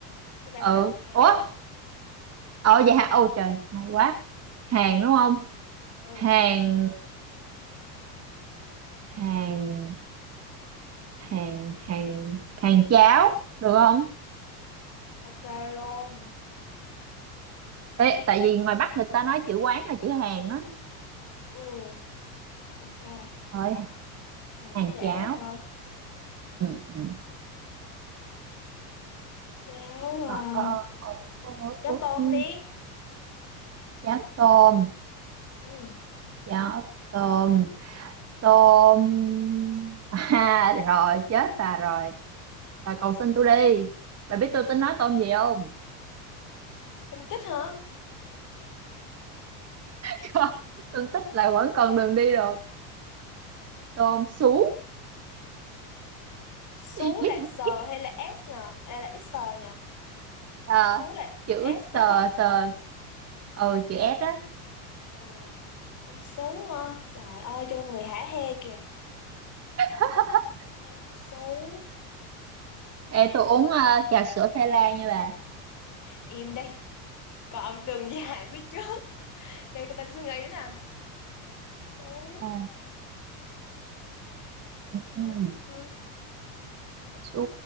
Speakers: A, on the left; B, on the right.
A: thì bạn
B: ừ
A: phải nói từ hàng
B: ủa
A: chứ
B: ờ vậy hả ô trời may quá hàng đúng không
A: ừ
B: hàng hàng hàng hàng hàng cháo được không
A: ok luôn
B: Ê, tại vì ngoài Bắc người ta nói chữ quán là chữ hàng đó
A: ừ ok
B: rồi
A: hàng
B: hàng
A: chéo
B: cháo
A: hả
B: ừ ừ
A: chéo à
B: Ờ, ờ, ờ, ờ,
A: chéo
B: ờ,
A: tôm
B: ừ.
A: đi
B: cháo tôm
A: ừ
B: cháo tôm tôm <laughs> à rồi chết à rồi và cầu xin tôi đi bà biết tôi tính nói tôm gì không
A: tôm tích hả
B: <laughs> tôi thích là vẫn còn đường đi được tôm sú
A: số
B: <laughs>
A: là S hay là S nhờ? Hay là S nhờ?
B: à,
A: số là
B: chữ
A: S đúng
B: sờ
A: không?
B: sờ ừ chữ S á
A: Ừ. Tôm sú ha. Trời ơi, cho người hả hê kìa.
B: <laughs>
A: Tôm số
B: Ê, tôi uống ờ, trà sữa phê la nha bà
A: Im đây Còn từng dài phía trước. Để người ta suy nghĩ nè. số
B: Ờ. ừ.
A: số
B: ừ.
A: hả?
B: Sú